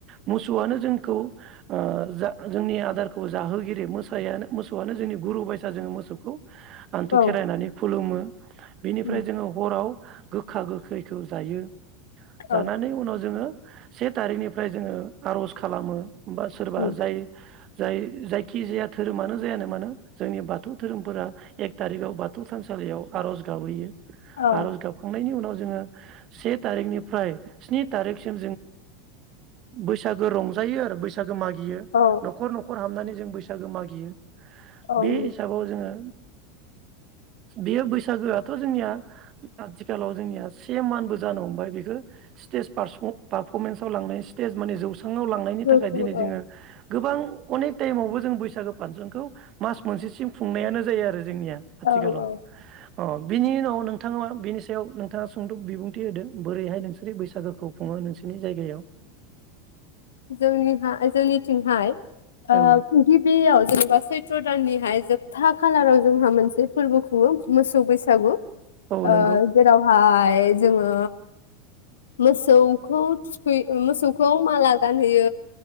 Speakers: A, on the right; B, on the left.
A: मोसौआनो जोंखौ ओ जोंनि आदारखौ जाहोगिरि मोसायानो मोसौआनो जोंनि गुरु बायसा जोङो मोसौखौ आनथु
B: औ
A: खेरायनानै खुलुमो बेनिफ्राय
B: उम
A: जोङो हराव गोखा गोखैखौ जायो।
B: औ
A: जानानै उनाव जोङो से थारिखनिफ्राय जोङो आर'ज खालामो बा सोरबा
B: उम,
A: जाय जाय जायखिजाया धोरोमानो जायानो मानो जोंनि बाथौ धोरोमफोरा एक थारिखाव बाथौ थानसालियाव आरज गाबहैयो
B: औ
A: आर'ज गाबखांनायनि उनाव जोङो‌ से थारिकनिफ्राय स्नि थारिकसिम बैसागो रंजायो बैसागो मागियो
B: औ
A: न'खर न'खर हाबनानै जों बैसागो मागियो
B: औ
A: बे
B: नंगौ
A: हिसाबाव जोङो बेयो बैसागोआथ' जोंनिया आथिखालाव जोंनिया से मानबो जानो हमबाय बेखौ स्टेज पारफरमेन्सआव लांनाय स्टेज माने जौ लांनायनि
B: नोंखौ
A: थाखाय दिनै जोङो
B: औ
A: गोबां अनेक टाइमावबो जों बैसागो फांसनखौ मास मोनसेसिम खुंनायानो जायो आरो जोंनिया आथिखालाव
B: औ औ
A: अ बिनि उनाव नोंथाङा बिनि सायाव नोंथाङा सुंद' बिबुंथि होदों बोरैहाय नोंसोर बैसागोखौ खुङो नोंसोरनि जायगायाव
B: जोंनि जोंनिथिंहाय ओ
A: औ
B: गिबियाव जेनेबा सैत्र दाननिहाय जोबथा खालाराव जोंहा मोनसे फोरबो खुङो मोसौ बैसागु
A: औ नंगौ
B: ओ जेरावहाय जोङो मोसौखौ थुखै मोसौखौ माला गान होयो